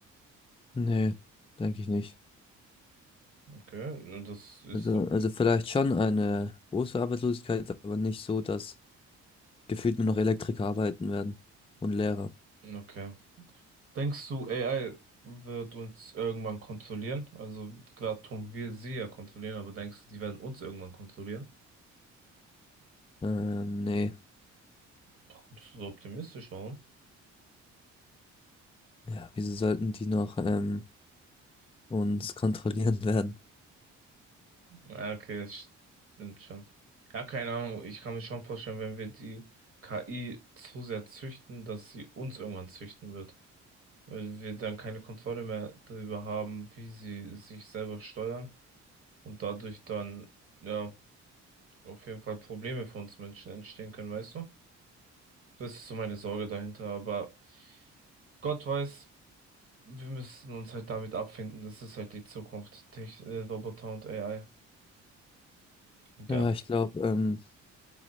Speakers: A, on the left; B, on the right.
A: Nee, denke ich nicht.
B: Okay, na, das ist
A: Also,
B: doch,
A: also vielleicht schon eine große Arbeitslosigkeit, aber nicht so, dass gefühlt nur noch Elektriker arbeiten werden und Lehrer.
B: okay. Denkst du, AI wird uns irgendwann kontrollieren? Also gerade tun wir sie ja kontrollieren, aber denkst du, die werden uns irgendwann kontrollieren?
A: Ähm, nee,
B: Warum bist du so optimistisch, warum?
A: ja, wieso sollten die noch ähm, uns kontrollieren <laughs> werden?
B: Ja, okay, das stimmt schon. Ja, keine Ahnung, ich kann mir schon vorstellen, wenn wir die KI zu sehr züchten, dass sie uns irgendwann züchten wird. Weil wir dann keine Kontrolle mehr darüber haben, wie sie sich selber steuern und dadurch dann, ja, auf jeden Fall Probleme für uns Menschen entstehen können, weißt du? Das ist so meine Sorge dahinter, aber Gott weiß, wir müssen uns halt damit abfinden. Das ist halt die Zukunft. Tech äh, Roboter und AI. Und
A: Ja,
B: ja.
A: ich glaube, ähm,